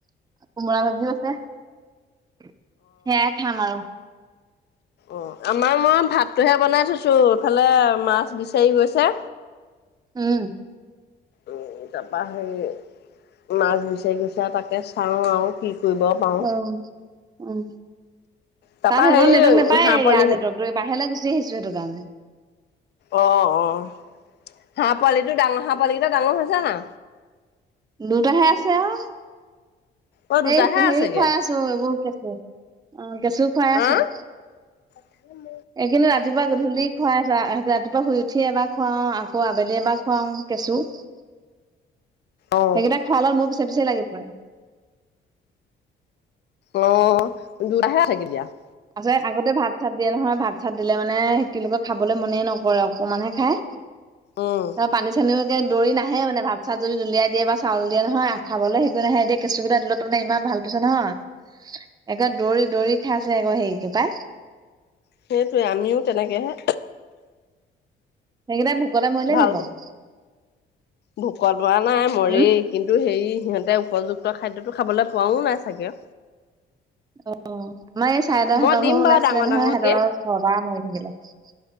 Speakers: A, on the right; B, on the left.
A: কোমোৰা ভাজিওঁ আছে সেয়াই খাম আৰু
B: অঁ আমাৰ মই ভাতটোহে বনাই থৈছো এইফালে মাছ বিচাৰি গৈছে
A: উম
B: উম তাৰপৰা হেৰি মাচ বিচাৰি গৈছে তাকে চাও আৰু কি কৰিব পাৰো।
A: উম উম
B: তাৰপা
A: তাত সেইখন
B: হেৰি
A: নেটৱৰ্ক নাপায়
B: হাঁহ
A: ইয়াৰ
B: পোৱালি
A: নেটৱৰ্কটো বাহিৰলৈ গুচি আহিছো সেইটো কাৰণে
B: অ', অ'। হাঁহ পোৱালিটো ডাঙৰ হাঁহ পোৱালি কেইটা ডাঙৰ হৈছে না
A: দুটাহে আছে অঁ
B: অ',
A: হে
B: দুটাহে
A: হেৰি
B: আছেগে।
A: খুৱাই আছো এইবোৰ কেঁচু অঁ কেঁচু খুৱাই
B: হা?
A: আছো
B: <inaudible>
A: এই কিন্তু ৰাতিপুৱা গধূলি খুৱাই ৰাতিপুৱা শুই উঠি এবাৰ খুৱাও আকৌ আবেলি এবাৰ খুৱাও কেঁচু। সেইগিটা
B: অ',
A: খোৱা <unintelligible> মোক <unintelligible>
B: অ' দূৰ আহে। <unintelligible>
A: আছে আগতে ভাত-চাত দিয়ে নহয় ভাত-চাত দিলে মানে <unintelligible> খাবলৈ মনে নকৰে অকমানহে খাই।
B: উম।
A: <unintelligible> পানী চানিও <unintelligible> দৌৰি নাহে মানে ভাত-চাত যদি দলিয়াই দিয়ে বা চাউল দিয়ে নহয় খাবলৈ <unintelligible> নাহে এতিয়া কেঁচুকেইটা দোলত মানে ইমান ভাল পাইছো নহয় একে দৌৰি-দৌৰি খাইছে। <unintelligible> হেৰিকে পাই।
B: সেইটোৱে আমিও তেনেকেহে
A: সেইগিটা <unintelligible> মৰিলে
B: ভাল
A: নি বাৰু।
B: ভোকত লৰা নাই মৰে
A: উম
B: কিন্তু হেৰি সিহঁতে উপযুক্ত তই খাদ্যতো খাবলৈ পোৱাও নাই চাগে।
A: অহ' আমাৰ চাৰেদৰহত
B: মই দিম
A: ঘৰৰ
B: বাৰু
A: ওলাইছিলে
B: ডাঙৰ
A: নহয়,
B: ডাঙৰকে।
A: সিহঁতৰ ঘৰপা মৰি থাকিলে। <unintelligible>